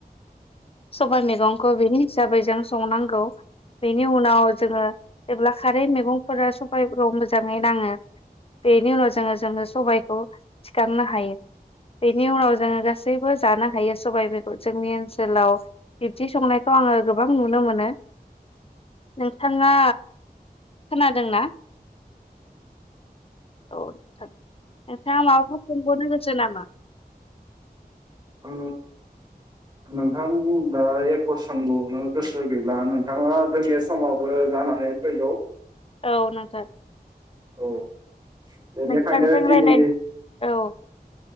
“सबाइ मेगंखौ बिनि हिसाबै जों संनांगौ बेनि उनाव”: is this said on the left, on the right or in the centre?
Left